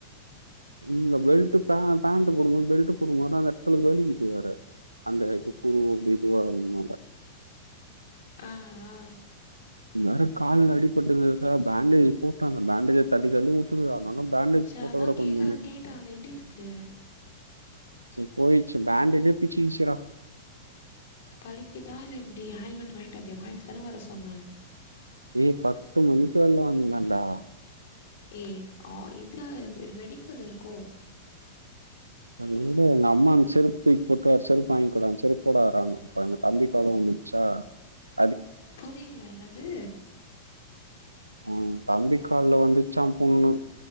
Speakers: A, on the right (about 80°); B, on the left (about 60°).
A: இல்ல பெல்ட் பே பேண்ட் போடுபோது பெல்ட் போடுபோதா அந்த இடத்துல வலிக்கிது வேற அந்த இது குரு இது வாகுறதுனால
B: ஆ ஆ
A: எனக்கு வேற கால்ல அடிபட்டுந்தா பேண்டேஜ் போட்டாங்க பேண்டேஜ தள்ளி தள்ளிவுட் அப்டியா நாலா பேண்டேஜ்
B: சரி
A: போட்ட
B: அதா
A: கூட
B: கேக்க
A: பண்ணுவேனே
B: கேட்டே அது எப்டி இருக்கு
A: டு போயிச்சு பேண்டேஜே பிச்சிகிச்சுடா
B: வலிக்கு தா இல்ல எப்டி ஆயில்மெண்ட் வாங்கிட்டு வந்தியா வாங்கிட்டு தான வர சொன்ன
A: ஏ பத்து மணிக்கு வெள்ள வந்தண்டா
B: ஏ ஆ இது ஒரு மெடிக்கல் இருக்கு
A: சேரி உடு எங்க அம்மா அந்த செருப் தூக்கி போட்டுவர வேற செருப் வாங்கோடா அந்த செருப் போடதா டா <inaudible> எங்க தம்பி காலு வந்துச்சா ஆ
B: புரில என்னது
A: உம் தம்பி கால்ல வந்துச்சா புண்ணு